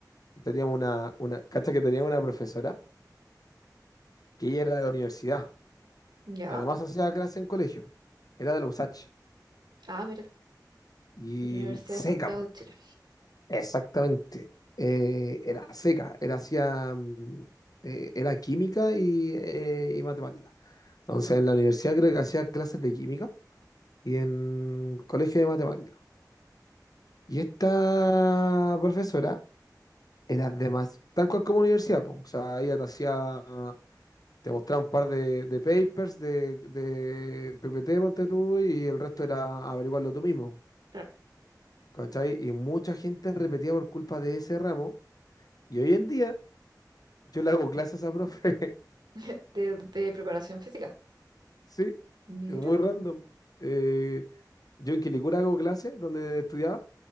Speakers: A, on the left; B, on the right.
A: Teníamos una, una, cacha que tenía una profesora que ella era de la universidad
B: Ya.
A: y además hacía clase en colegio. Era de la USACH
B: Ah, mira,
A: y
B: de la Universidad
A: seca,
B: de Santiago
A: po.
B: de Chile.
A: Exactamente. Eh, era seca, era hacía, mm, eh, era química y, eh, y matemática. Entonces en la universidad creo que hacía clases de química y en colegio de matemática. Y esta profesora Era de más, tal cual como universidad, po. O sea, ella te hacía, te mostraba un par de, de papers de, de PPT, ponte tú, y el resto era averiguarlo tú mismo,
B: Claro.
A: ¿cachai? Y mucha gente repetía por culpa de ese ramo, y hoy en día yo le hago clases a esa profe,
B: <laughs> De, de preparación física.
A: <laughs> sí,
B: Míralo,
A: es muy random. Eh, yo en Quilicura hago clases donde estudiaba,